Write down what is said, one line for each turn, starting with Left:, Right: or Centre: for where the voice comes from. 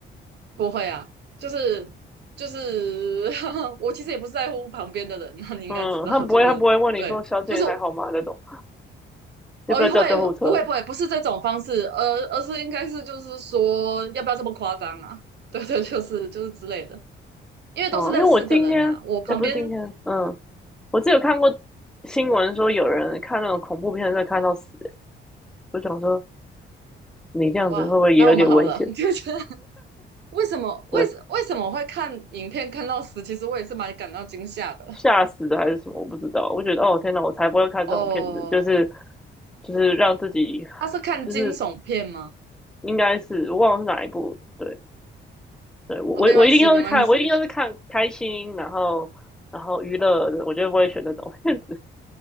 Right: 不会啊，就是就是，<laughs> 我其实也不是在乎旁边的人啊，那你应该知道，
Centre: 嗯，他们不会，
Right: 就是对，
Centre: 他不会问你说“小姐你还好吗”那种，
Right: 就是我
Centre: 要不要叫救护车？
Right: 哦，会不会不会，不是这种方式，呃，而是应该是就是说，要不要这么夸张啊？<laughs> 对对，就是就是之类的，因为都是认识的人呐、
Centre: 哦、因为我今天，
Right: 我旁边
Centre: 哎，不是今天，嗯，我只有看过新闻说有人看那种恐怖片在看到死，我想说你这样子会不会也有点危险？
Right: 哇，那我们好了，<laughs> 就觉得为什么为什为什么会看影片看到死？
Centre: 对，
Right: 其实我也是蛮感到惊吓的。
Centre: 吓死的还是什么？我不知道。我觉得哦，天哪，我才不会看这种片子，
Right: 哦，
Centre: 就是就是让自己，
Right: 他是看惊悚片吗？
Centre: 就是应该是我忘了是哪一部，对对，我我我一定都是看，
Right: 哦，没关系，没关系。
Centre: 我一定都是看开心，然后然后娱乐的，我绝对不会选那种片子。